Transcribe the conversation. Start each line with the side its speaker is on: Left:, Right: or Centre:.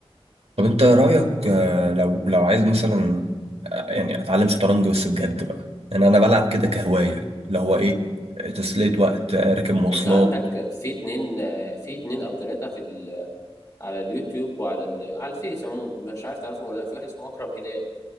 Right: طب انت رايك آه، لو لو عايز مثلا آه، يعني اتعلم شطرنج بس بجد بقى يعني انا بلعب كده كهوايه اللي هو ايه آه، تسليه وقت آه، راكب مواصلات
Left: بص عندك في اتنين آه، في اتنين او تلاتة في ال... على اليوتيوب وعلى ال... على الفيس عموما مش عارف تعرفهم ولا لا في واحد اسمه اكرم هلال